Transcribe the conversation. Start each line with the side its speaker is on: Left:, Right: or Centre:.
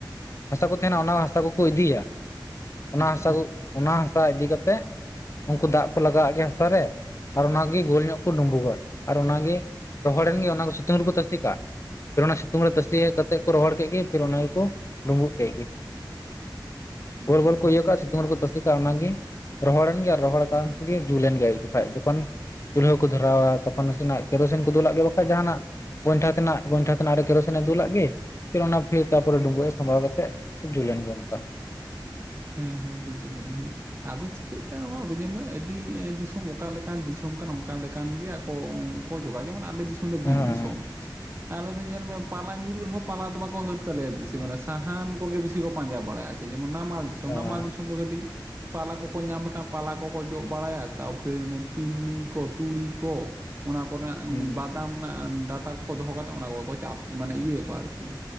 Left: ᱦᱟᱥᱟ ᱠᱚ ᱛᱟᱦᱮᱱᱟ ᱚᱱᱟ ᱦᱟᱥᱟ ᱠᱚᱠᱚ ᱤᱫᱤᱭᱟ ᱚᱱᱟ
Right: ᱟᱪᱪᱷᱟ
Left: ᱦᱟᱥᱟ ᱠᱚ ᱚᱱᱟ ᱦᱟᱥᱟ ᱤᱫᱤ
Right: ᱟᱪᱪᱷᱟ
Left: ᱠᱟᱛᱮᱜ ᱩᱱᱠᱩ ᱫᱟᱜ ᱠᱚ ᱞᱟᱜᱟᱣᱟᱜ ᱜᱮᱭᱟ ᱦᱟᱥᱟ ᱨᱮ ᱟᱨ ᱚᱱᱟᱜᱮ ᱜᱳᱞ ᱧᱚᱜ ᱠᱚ ᱰᱩᱸᱵᱩᱜᱼᱟ ᱟᱨ ᱚᱱᱟᱜᱮ ᱨᱚᱦᱚᱲᱮᱱ ᱜᱮ ᱚᱱᱟ ᱠᱚ ᱥᱤᱛᱩᱝ ᱨᱮᱠᱚ ᱛᱟᱥᱮ ᱠᱟᱜ ᱯᱷᱤᱨ ᱚᱱᱟ ᱥᱤᱛᱩᱝ ᱨᱮ ᱛᱟᱥᱮ ᱠᱟᱛᱮᱜ ᱠᱚ ᱨᱚᱦᱚᱲ ᱠᱮᱜ ᱜᱮ ᱯᱷᱤᱨ ᱚᱱᱟᱜᱮ ᱠᱚ ᱰᱩᱸᱵᱩᱜ ᱠᱮᱜ ᱜᱤ
Right: ᱦᱩᱸ
Left: ᱜᱳᱞ ᱜᱳᱞ ᱠᱚ ᱤᱭᱟᱹ ᱠᱟᱜᱼᱟ ᱥᱤᱛᱩᱝ ᱨᱮᱠᱚ ᱛᱟᱥᱮ ᱠᱟᱜᱼᱟ ᱚᱱᱟᱜᱮ ᱨᱚᱦᱚᱲᱮᱱ ᱜᱮ ᱨᱚᱦᱚᱲ ᱠᱟᱱ ᱥᱮ ᱜᱮ ᱡᱩᱞᱮᱱ ᱜᱮ ᱠᱷᱟᱡ ᱡᱚᱠᱷᱚᱱ ᱪᱩᱞᱦᱟᱹ ᱠᱚ ᱫᱷᱚᱨᱟᱣᱟ ᱛᱚᱠᱷᱚᱱ ᱱᱟᱥᱮᱱᱟᱜ ᱠᱮᱨᱳᱥᱤᱱ ᱠᱚ ᱫᱩᱞᱟᱜ ᱜᱮᱭᱟ, ᱵᱟᱠᱷᱟᱡ ᱡᱟᱦᱟᱱᱟᱜ ᱜᱚᱭᱴᱷᱟ ᱛᱮᱱᱟᱜ ᱜᱚᱭᱴᱷᱟ ᱛᱮᱱᱟᱜ ᱨᱮ ᱠᱮᱨᱳᱥᱤᱱᱮ ᱫᱩᱞᱟᱜ ᱜᱤ ᱯᱷᱤᱨ ᱚᱱᱟ ᱯᱷᱤᱨ ᱛᱟᱯᱚᱨᱮ ᱰᱩᱸᱵᱩᱜ ᱮ ᱥᱟᱢᱵᱟᱣ ᱠᱟᱛᱮᱜ ᱡᱩᱞᱮᱱ ᱜᱮ ᱱᱚᱝᱠᱟ ᱾
Right: ᱦᱮᱸ ᱦᱮᱸ ᱵᱩᱡᱽ ᱠᱟᱹᱫᱟᱹᱧ ᱦᱮᱸ ᱟᱫᱚ ᱪᱤᱠᱟᱹᱜ ᱠᱟᱱᱟ ᱱᱚᱣᱟ ᱟᱫᱚ ᱡᱮᱢᱚᱱ ᱟᱹᱰᱤ ᱫᱤᱥᱚᱢ ᱚᱠᱟᱞᱮᱠᱟᱱ ᱫᱤᱥᱚᱢ ᱠᱟᱱᱟ ᱚᱱᱠᱟ ᱞᱮᱠᱟᱱ ᱜᱮ ᱟᱠᱚ ᱠᱚ ᱡᱚᱜᱟ ᱡᱮᱢᱚᱱ ᱟᱞᱮ ᱫᱤᱥᱚᱢ ᱫᱚ
Left: ᱦᱮᱸ
Right: ᱵᱤᱨ ᱫᱤᱥᱚᱢ
Left: <unintelligible>
Right: ᱟᱞᱮ ᱫᱚ ᱧᱮᱞ ᱢᱮ ᱯᱟᱞᱟ ᱧᱩᱨᱩᱜ ᱨᱮᱦᱚᱸ ᱯᱟᱞᱟ ᱫᱚ ᱵᱟᱠᱚ ᱦᱟᱹᱨ ᱛᱟᱞᱮᱭᱟ ᱵᱤᱥᱤ ᱢᱟᱱᱮ ᱥᱟᱦᱟᱱ ᱠᱚᱜᱮ ᱵᱤᱥᱤ ᱠᱚ ᱯᱟᱸᱡᱟ ᱵᱟᱲᱟᱭᱟ᱾ ᱡᱮᱢᱚᱱ ᱱᱟᱢᱟᱞ ᱫᱤᱥᱚᱢ
Left: ᱦᱮᱸ
Right: ᱱᱟᱢᱟᱞ ᱫᱤᱥᱚᱢ ᱫᱚ ᱠᱟᱹᱴᱤᱡ ᱯᱟᱞᱟ ᱠᱚᱠᱚ ᱧᱟᱢ ᱞᱮᱠᱷᱟᱱ ᱯᱟᱞᱟ ᱠᱚᱠᱚ ᱡᱚᱜ ᱵᱟᱲᱟᱭᱟ ᱛᱟᱨᱯᱚᱨ ᱚᱱᱮ ᱛᱤᱱᱢᱤᱧ ᱠᱚ ᱛᱩᱲᱤ ᱠᱚ ᱚᱱᱟ ᱠᱚᱨᱮ ᱱᱟᱜ
Left: ᱦᱩᱸ
Right: ᱵᱟᱫᱟᱢ ᱱᱟᱜ ᱰᱟᱴᱟ ᱠᱚᱠᱚ ᱫᱚᱦᱚ ᱠᱟᱛᱮᱫ ᱚᱱᱟ ᱠᱚᱜᱮ ᱠᱚ ᱪᱟᱥᱟ᱾ ᱢᱟᱱᱮ ᱤᱭᱟᱹ ᱭᱟᱠᱚ ᱟᱨᱠᱤ